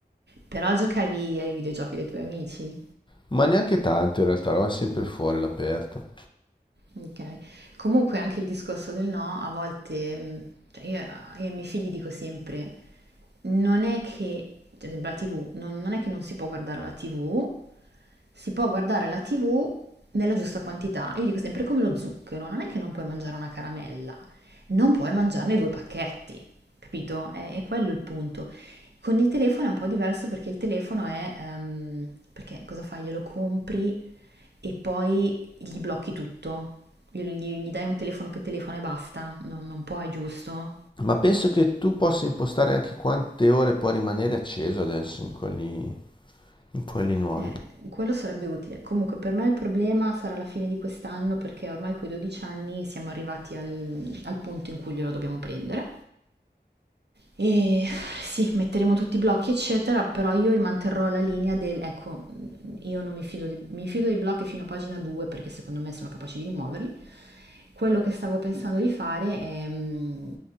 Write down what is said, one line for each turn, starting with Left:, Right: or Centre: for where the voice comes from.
Right: Però giocavi ai videogiochi dei tuoi amici.
Left: Ma neanche tanto in realtà, eravamo sempre fuori all'aperto.
Right: Ok. Comunque anche il discorso del no, a volte, mh, cioè io, io ai miei figli dico sempre, non è che, per esempio la TV, non, non è che non si può guardare la TV, si può guardare la TV nella giusta quantità. Io dico sempre, è come lo zucchero, non è che non puoi mangiare una caramella, non puoi mangiarne due pacchetti, capito? È, è quello il punto. Con il telefono è un po' diverso perché il telefono è, ehm, perché cosa fai? Glielo compri e poi gli blocchi tutto, gli, gli- gli dai un telefono che telefona e basta, non, non puoi, giusto?
Left: Ma penso che tu possa impostare anche quante ore può rimanere acceso adesso in quelli, in quelli nuovi.
Right: Eh, quello sarebbe utile. Comunque per noi il problema sarà la fine di quest'anno perché ormai coi 12 anni siamo arrivati al, al punto in cui glielo dobbiamo prendere. E sì, metteremo tutti i blocchi, eccetera, però io manterrò la linea del, ecco, io non mi fido, di- mi fido dei blocchi fino a pagina 2 perché secondo me sono capaci di rimuoverli. Quello che stavo pensando di fare è mm,